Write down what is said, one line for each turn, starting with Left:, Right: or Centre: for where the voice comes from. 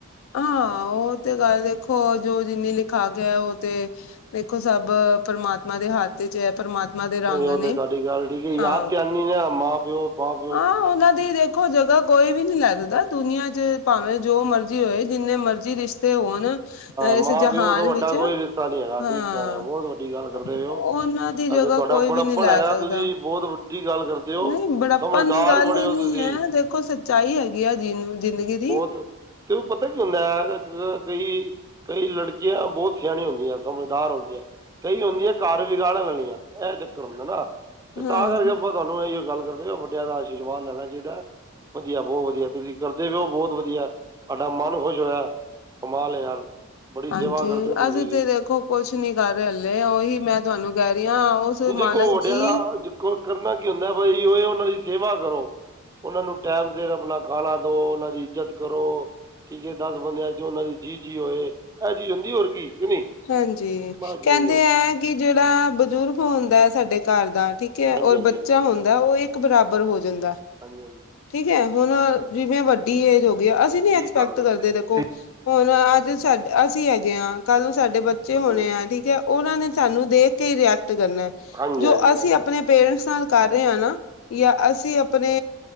Left: ਹਾਂ ਉਹ ਤੇ ਗੱਲ ਦੇਖੋ ਜੋ ਜਿੰਨੀ ਲਿਖਾ ਕੇ ਆਇਆਂ। ਉਹ ਤੇ ਦੇਖੋ ਸਭ। ਪਰਮਾਤਮਾ ਦੇ ਹੱਥ ਚ ਹੈ। ਪ੍ਰਮਾਤਮਾ ਦੇ ਰੰਗ
Right: ਉਹ ਤਾਂ
Left: ਨੇ
Right: ਤੁਹਾਡੀ ਗੱਲ ਠੀਕ ਯਾਦ
Left: ਹਾਂ।
Right: ਦਹਾਨੀ ਕੁਛ ਨਹੀਂ ਹੈ। ਮਾਂ ਪਿਓ ਤੋਂ ਬਾਅਦ।
Left: ਆਂ ਉਹਨਾਂ ਦੀ ਦੇਖੋ ਜਗ੍ਹਾ। ਕੋਈ ਵੀ ਨਹੀਂ ਲੈ ਸਕਦਾ। ਦੁਨੀਆਂ 'ਚ' ਭਾਵੇਂ ਜੋ ਮਰਜ਼ੀ ਹੋਏ ਜਿੰਨੇ ਮਰਜ਼ੀ ਰਿਸ਼ਤੇ ਹੋਣ। ਇਸ
Right: ਮਾਂ
Left: ਜਹਾਨ
Right: ਪਿਓ ਤੋਂ ਵੱਡਾ
Left: ਵਿੱਚ
Right: ਕੋਈ ਰਿਸ਼ਤਾ ਨਹੀਂ ਹੈਗਾ
Left: ਹਾਂ।
Right: ਠੀਕ ਕਹਿ ਰਹੇ ਹੋ ਬਹੁਤ ਵੱਡੀ ਗੱਲ ਕਰਦੇ ਪਏ ਹੋ
Left: ਉਹਨਾਂ ਦੀ ਜਗ੍ਹਾ
Right: ਅਤੇ ਤੁਹਾਡਾ
Left: ਕੋਈ
Right: ਬੜੱਪਣ
Left: ਵੀ ਨਹੀਂ ਲੈ
Right: ਹੈਗਾ
Left: ਸਕਦਾ।
Right: ਤੁਸੀਂ ਬਹੁਤ ਵੱਡੀ ਗੱਲ ਕਰਦੇ ਹੋ
Left: ਨਹੀਂ ਬੁਢਾਪਾ
Right: ਸਮਝਦਾਰ
Left: ਦੀ ਗੱਲ
Right: ਬੜੇ
Left: ਹੀ
Right: ਹੋ
Left: ਨੀ
Right: ਤੁਸੀਂ
Left: ਹੈ ਦੇਖੋ ਸੱਚਾਈ ਹੈਗੀ ਆ। ਜੀਨੂੰ ਜ਼ਿੰਦਗੀ ਦੀ।
Right: ਤੈਨੂੰ ਪਤਾ ਕਿ ਹੁੰਦਾ ਆ। ਮੈਂ ਗਈ। ਕਈ ਲੜਕੀਆਂ ਬਹੁਤ ਸਿਆਣੀਆਂ ਹੁੰਦੀਆਂ। ਸਮਝਦਾਰ ਹੁੰਦੀਆਂ। ਕਈ ਹੁੰਦੀਆਂ। ਘਰ ਵਗਾੜਨ ਲੈ ਵਾਲੀਆਂ। ਇਹ ਚੱਕਰ ਹੁੰਦਾ ਨਾ ਤੇ ਤਾਂ
Left: ਹਾਂ
Right: ਕਰਕੇ ਆਪਾਂ। ਤੁਹਾਨੂੰ ਇਹੀ ਗੱਲ ਕਰਦੇ ਆਂ। ਵੱਡਿਆਂ ਦਾ ਆਸ਼ੀਰਵਾਦ ਲੈਣਾ ਚਾਹੀਦਾ। ਵਧੀਆ ਬਹੁਤ ਵਧੀਆ ਤੁਸੀਂ ਕਰਦੇ ਰਹੋ। ਬਹੁਤ ਵਧੀਆ ਤੁਡਾ ਮਨ ਖੁਸ਼ ਹੋਇਆ। ਕਮਾਲ ਆਂ ਯਾਰ। ਬੜੀ
Left: ਹਾਂਜੀ
Right: ਸੇਵਾ ਕਰਦੇ ਹੋ ਤੁਸੀਂ
Left: ਅਸੀਂ
Right: ਵੀ
Left: ਤੇ ਦੇਖੋ ਕੁਛ ਨੀ ਕਰ ਰਹੇ ਹਲੇੇ। ਉਹੀ ਮੈਂ ਤੁਹਾਨੂੰ ਕਹਿ ਰਹੀ ਹਾਂ।
Right: ਹੁਣ ਦੇਖੋ
Left: ਮਾਲਕ
Right: ਵੱਡਿਆਂ
Left: ਦੀ
Right: ਦਾ। ਕਰਨਾ ਕੀ ਹੁੰਦਾ। ਬਸ ਉਹ ਉਹਨਾਂ ਦੀ ਸੇਵਾ ਕਰੋ। ਉਹਨਾਂ ਨੂੰ ਟਾਈਮ ਸਿਰ ਆਪਣਾ ਖਾਣਾ ਦੋ ਉਹਨਾਂ ਦੀ ਇੱਜਤ ਕਰੋ। ਠੀਕ ਹੈ ਦੱਸ ਬੰਦਿਆਂ 'ਚ ਉਹਨਾਂ ਦੀ ਜੀ ਜੀ ਹੋਏ। ਹਾਂਜੀ ਹਦੀ ਹੋਰ ਕੀ। ਕਿ ਨਹੀਂ
Left: ਹਾਂਜੀ
Right: ਜੀ
Left: ਕਹਿੰਦੇ
Right: ਜੀ ਹੋ।
Left: ਹੈ ਕਿ ਜਿਹੜਾ ਬਜ਼ੁਰਗ ਹੁੰਦਾ ਹੈ। ਸਾਡੇ ਘਰ ਦਾ ਠੀਕ ਹੈ
Right: ਹਾਂਜੀ
Left: ਔਰ
Right: ਹਾਂਜੀ
Left: ਬੱਚਾ
Right: ਹਾਂਜੀ
Left: ਹੁੰਦਾ। ਤਾਂ ਉਹ ਇੱਕ ਬਰਾਬਰ ਹੋਂ ਜਾਂਦਾ।
Right: ਹਾਂਜੀ ਹਾਂਜੀ।
Left: ਠੀਕ ਹੈ ਹੁਣ ਜਿਵੇਂ ਵੱਡੀ ਏਜ ਹੋ ਗਈ ਆ। ਅਸੀਂ ਨੀ
Right: ਠੀਕ
Left: ਐਕਸ਼ਪੈਕਟ
Right: ਗੱਲ
Left: ਕਰਦੇ
Right: ਹੋ
Left: ਦੇਖੋ।
Right: ਤੁਸੀਂ
Left: ਹੁਣ ਅੱਜ ਸਾਡੇ ਅਸੀਂ ਹੈਗੇ ਹਾਂ ਕੱਲ ਨੂੰ ਸਾਡੇ ਬੱਚੇ
Right: ਬਹੁਤ-
Left: ਹੋਣੇ ਆ ਠੀਕ ਹੈ।। ਉਹਨਾਂ ਨੇ ਸਾਨੂੰ ਦੇਖ ਕੇ ਰੀਐਕਟ ਕਰਨਾ।
Right: ਹਾਂਜੀ
Left: ਜੋ
Right: ਹਾਂਜੀ
Left: ਅਸੀਂ
Right: ਹਾਂਜੀ
Left: ਆਪਣੇ ਪੇਰੈਂਟਸ ਨਾਲ ਕਰ ਰਹੇ ਹਾਂ ਨਾਂ। ਜਾਂ ਅਸੀਂ ਕਿ ਆਪਣੇ